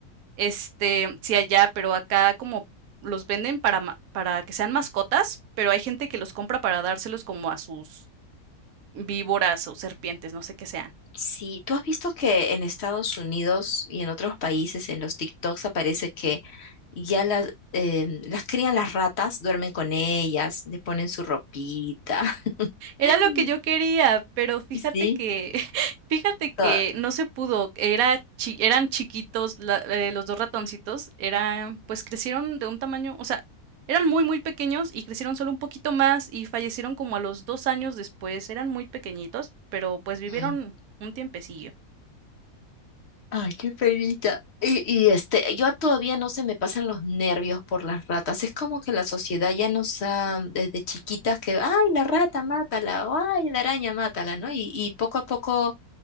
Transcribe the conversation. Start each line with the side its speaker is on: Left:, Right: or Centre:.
Right: este, si allá, pero acá como los venden para, ma- para que sean mascotas, pero hay gente que los compra para dárselos como a sus víboras o serpientes, no sé qué sean.
Left: Sí, tú has visto que en Estados Unidos y en otros países, en los TikToks aparece que ya las, em, las crían las ratas, duermen con ellas, le ponen su ropita.
Right: Era
Left: <laughs>
Right: lo que yo quería, pero fíjate
Left: Sí.
Right: que, <laughs> fíjate que
Left: Ah,
Right: no se pudo. Era chi- eran chiquitos la- eh, los dos ratoncitos, eran, pues crecieron de un tamaño, o sea, eran muy, muy pequeños y crecieron solo un poquito más y fallecieron como a los dos años después. Eran muy pequeñitos, pero pues vivieron
Left: mm.
Right: un tiempecillo.
Left: Ay, qué penita. Y, y, este, yo todavía no se me pasan los nervios por las ratas. Es como que la sociedad ya nos ha, desde chiquitas que, ay, la rata, mátala, o ay, la araña, mátala, ¿no? Y, y poco a poco